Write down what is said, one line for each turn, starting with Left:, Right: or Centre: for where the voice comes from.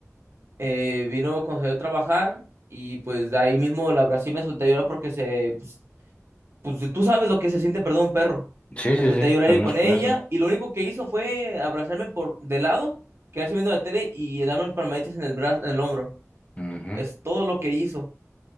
Right: eh, vino cuando salió a trabajar, y pues de ahí mismo la abracé y me solté a llorar porque se, pues, pues si tú sabes lo que se siente perder un perro.
Left: Sí,
Right: Me
Left: sí,
Right: solté
Left: sí,
Right: a llorar
Left: conozco
Right: yo con ella
Left: eso.
Right: y lo único que hizo fue abrazarme por de lado, quedarse viendo la tele y darme palmaditas en el brazo, en el hombro.
Left: Ujú.
Right: Es todo lo que hizo.